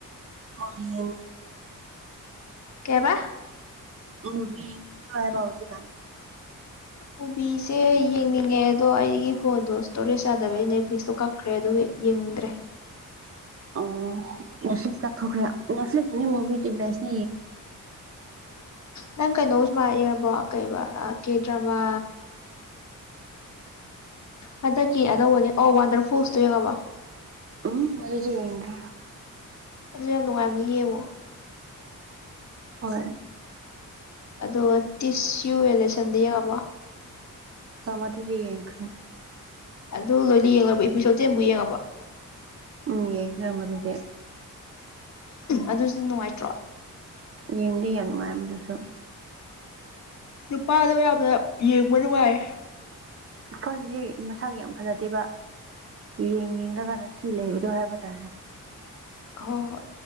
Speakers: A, on the right; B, on the left.
A: ꯃꯅꯤꯡ
B: ꯀꯦꯕꯥ
A: ꯎ ꯅꯤꯡꯠꯇ꯭ꯔꯕꯥꯎꯗꯤ ꯀꯥꯟ
B: ꯑꯣꯕꯤꯁꯦ ꯌꯦꯡꯅꯤꯡꯉꯦ ꯑꯗꯣ ꯑꯩꯒꯤ ꯐꯣꯟꯗꯣ ꯏꯁꯇꯣꯔꯦꯖ ꯌꯥꯗꯕ ꯅꯦꯠꯐ꯭ꯂꯤꯛꯁꯇꯣ ꯀꯛ ꯈ꯭ꯔꯦ ꯑꯗꯨ ꯌꯦꯡꯗ꯭ꯔꯦ
A: ꯑꯣ ꯅꯦꯐ꯭ꯂꯁ ꯀ ꯊꯈ꯭ꯔꯦ ꯅꯦꯠꯐ꯭ꯂꯛꯁ ꯃꯨꯚꯤꯗꯤ ꯦꯁ
B: ꯅꯪ ꯀꯩꯅꯣ ꯁꯨꯃꯥꯏꯑꯕꯣ ꯀꯩꯕ ꯀꯦꯗ꯭ꯔꯃꯥ ꯍꯟꯗꯛꯀꯤ ꯑꯅꯧꯕꯅꯦ ꯑꯣ ꯋꯥꯟꯗꯔ ꯐ꯭ꯔꯨꯁꯇꯣ ꯌꯦꯡꯉꯕ
A: ꯎꯝ ꯃꯗꯨꯗꯤꯒ
B: ꯑꯗꯨ ꯌꯥꯝ ꯅꯨꯡꯉꯥꯏꯕꯅꯤ ꯌꯦꯡꯉꯣ
A: ꯍꯣꯏ
B: ꯑꯗꯣ ꯇꯤꯁ ꯌꯨ ꯑꯦꯂꯦꯛꯁꯟꯗ ꯌꯦꯡꯉꯕꯣ
A: ꯍ ꯃꯠꯇ ꯆꯍꯤ ꯌꯥꯁꯦ
B: ꯑꯗꯨ ꯂꯣꯏꯅ ꯌꯦꯡꯂꯕ ꯏꯄꯤꯁꯣꯗꯠꯇꯤ ꯑꯃꯨꯛ ꯌꯦꯡꯉꯕ
A: ꯎꯝ ꯌꯦꯡ꯭ꯔ ꯃꯗꯨꯗꯤ
B: ꯑꯗꯨꯁꯨ ꯅꯨꯡꯉꯥꯏꯇ꯭ꯔꯣ
A: ꯌꯦꯡꯗꯤ ꯌꯥꯝꯅꯅꯨꯡꯉꯗꯨꯁꯨꯣ
B: ꯅꯨꯄꯥꯗꯣ ꯌꯥꯝꯅ ꯌꯦꯡꯕ ꯅꯨꯡꯉꯥꯏ
A: ꯐꯔꯁꯤꯗꯤ ꯃꯁꯥꯒꯤ ꯌꯥꯝ ꯐꯖꯗꯦꯕ ꯌꯦꯡ ꯌꯦꯡꯗ ꯈꯔ ꯁꯤ ꯂꯩꯕꯗꯣ ꯍꯥꯏꯕ ꯇꯥꯔꯦ
B: ꯍ ꯍꯣꯏ